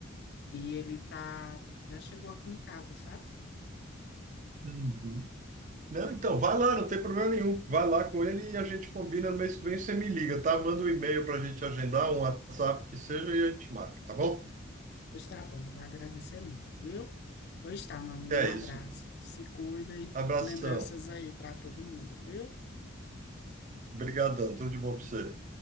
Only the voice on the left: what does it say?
e ele tá, já chegou aqui em casa, sabe?
Pois tá bom, vou agradecer muito, viu? Pois tá, meu amigo,
um abraço.
Se cuida e
lembranças aí para todo mundo, viu?